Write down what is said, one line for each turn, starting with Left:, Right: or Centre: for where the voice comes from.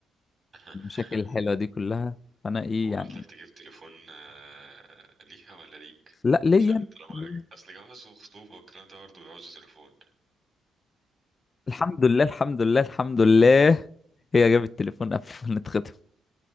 Right: <laughs>
Left: والمشاكل الحلوة دي كلها فانا ايه
Right: ومحتاج
Left: يعني
Right: تجيب تليفون آه، ليها ولا ليك
Left: لا ليا
Right: عشان طالما
Left: ليا.
Right: اصل جواز وخطوبة والكلام ده برضه بيعوز تليفون
Left: الحمد لله الحمد لله الحمد لله هي جابت التليفون قبل ما نتخطب